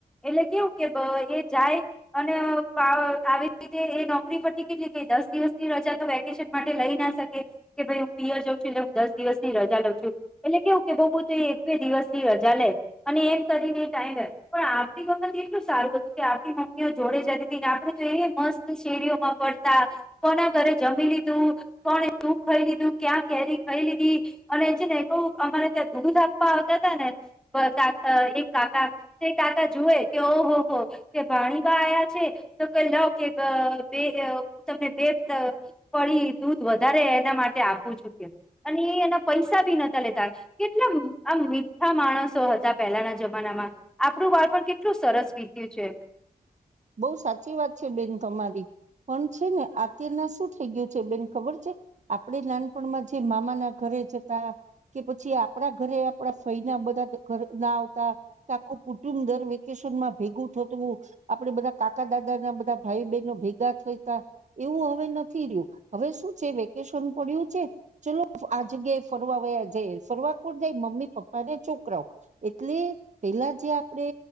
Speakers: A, in the centre; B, on the right.
A: એટલે કેવું કે એ જાય અને આવી રીતે એ નોકરી પરથી કેટલી કઈ દસ દિવસ રજા તો વેકેશન માટે લઈ ના શકે કે ભાઈ હું પિયર જઉં છું એટલે હું દસ દિવસની રજા લઉં છું એટલે કેવું કે બો તો એ એક બે દિવસની રજા લે અને એમ કરીને ટાઈમ પણ આપણી વખત એટલું સારું હતું કે આપણી મમ્મીઓ જોડે જતી હતી આપડ તો એ મસ્ત શેરીઓમાં પડતા કોના ઘરે જમી લીધું કોને શું ખાઈ લીધું ક્યાં કેરી ખાઈ લીધી અને છે ને ક અમારે ત્યાં દૂધ આપવા આવતા હતાા નેા એક કાકા કાકા જોુએ કે ઓહ હો કે ભાણીબા આયા છે તો કઈ લાવ કે બે તમને બે ફળી દૂધ વધારે એના માટે આપવું છુંકે અને એ એના પૈસા ભી નતા લેતા કેટલા આ મીઠા માણસો હતા પહેલાના જમાનામાં આપણું બાળપણ કેટલું સરસ વીત્યું છે
B: <inaudible> બો સાચી વાત છે બેન તમારી પણ છે ને અત્યારના શું થઈ ગયું છે, બેન ખબર છે આપણેે નાનપણમાં જે મામા ના ઘરે જતા કે પછી આપડા ઘરે આપણા ફય ના બધા ઘર ના આવતા કે આખું કુટુંબ દર વ્યક્ થતું આપડે બધા કાકા દાદા ના બધા ભાઈ બહેનો ભેગા થતા. એવું હવે નથી રહ્યું હવે શું છે વેકેશન પડ્યું છે ચલો આ જગ્યાએ ફરવા વયા જાય ફરવા કો જાય મમ્મી પપ્પા ને છોકરાઓ એટલે પેલા જે આપણે